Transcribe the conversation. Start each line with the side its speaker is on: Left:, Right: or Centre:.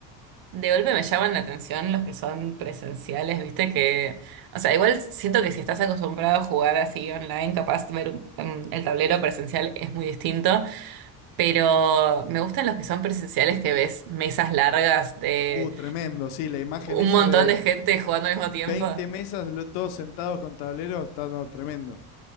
Right: De golpe me llaman la atención los que son presenciales, viste que, o sea, igual siento que si estás acostumbrado a jugar así online, capaz de ver un- un- el tablero presencial es muy distinto, pero me gustan los que son presenciales que ves mesas largas de
Left: Uh, tremendo, sí, la imagen
Right: un
Left: esa
Right: montón
Left: de
Right: de gente jugando al mismo tiempo.
Left: 20 mesas, lo- todos sentados con tableros, está no, tremendo.